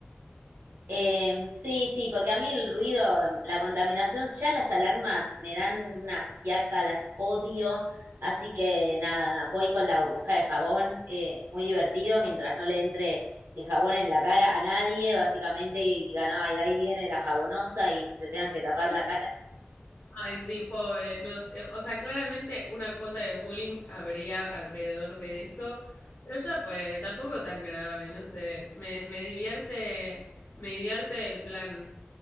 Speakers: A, on the right; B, on the left.
A: Eh, sí, sí, porque a mí el ruido, la contaminación, ya las alarmas me dan una fiaca, las odio. Así que nada, nada, voy con la burbuja de jabón, eh, muy divertido, mientras no le entre el jabón en la cara a nadie, básicamente, y digan, ay, ahí viene la jabonosa y se tengan que tapar la cara
B: Ay, sí, pobre. No, sé, o sea, claramente una cuota de bullying habría alrededor de eso, pero ya fue, tampoco tan grave, no sé. Me, me divierte, me divierte el plan.